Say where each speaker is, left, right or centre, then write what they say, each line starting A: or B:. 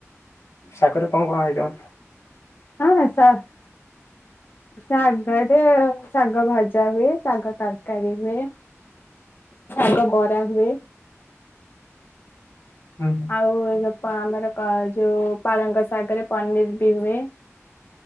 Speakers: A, on the left; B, on the left.
A: ଶାଗରେ କଣ କଣ ଆଇଟମ?
B: <unintelligible> ଶାଗରେ ଶାଗ ଭଜା ହୁଏ ଶାଗ ତରକାରୀ ହୁଏ। ଶାଗ ବରା ହୁଏ।
A: ହୁଁ
B: ଆଉ ଆମର ଯୋଉ ପାଳଙ୍ଗ ଶାଗରେ ପନିର ବି ହୁଏ।